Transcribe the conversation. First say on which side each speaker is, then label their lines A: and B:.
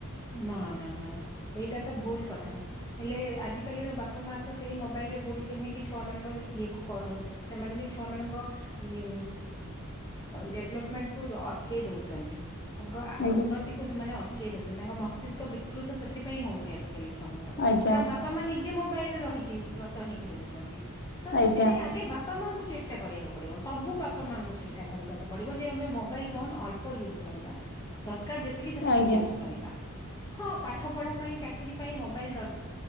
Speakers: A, on the left (about 15°); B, on the left (about 50°).
A: ନା ନା ନା ସେଇଟା ତ ଭୁଲ କଥା। ହେଲେ ଆଜିକାଲିର ବାପା ମା ତ ସେଇ ମୋବାଇଲ ରେ ବୁଡିକି ରହିକି ଛୁଆ ମାନଙ୍କ ଇଏ କୁ କଲ ସେମାନେ ବି ଛୁଆ ମାନଙ୍କ ଇଏ ଡ଼େଭେଲପ୍ ମେଣ୍ଟକୁର ଅଟକେଇ ଦେଉଛନ୍ତି। ତାଙ୍କ ଆ
B: ଆଜ୍ଞା
A: ଉନ୍ନତିକୁ ସେମାନେ ଅଟ କେଇ ଦଉଛନ୍ତି। ତାଙ୍କ ମସ୍ତିଷ୍କ ବିକୃତ ସେଥିପାଇଁ ହଉଛି ଆଜିକାଲି ଛୁଆ ମାନଙ୍କର।
B: ଆଜ୍ଞା
A: କାରଣ ବା ବାପା ମା ନିଜେ ମୋବାଇଲ ରେ ରହିକି ରତ ହେଇକି ରହୁଛନ୍ତି। ତ
B: ଆଜ୍ଞା
A: ସେଥିପାଇଁ ଆଗେ ବାପା ବାପା ମାଙ୍କୁ ଚେଷ୍ଟା କରିବାକୁ ପଡିବ। ସବୁ ବାପା ମାଙ୍କୁ ଚେଷ୍ଟା କରିବାକୁ ପଡିବ। ଯେ ଆମେ ମୋବାଇଲ ଫୋନ୍ ଅଳ୍ପ ୟୁଜ୍ କରିବା ଦରକାର ଯେ ତିକି ସେତିକି
B: ଆଜ୍ଞା।
A: ୟୁଜ୍ କରିବା। ହଁ ପାଠ ପଢା ପାଇଁ ଚାକିରି ପାଇଁ ମୋବାଇଲ ଦର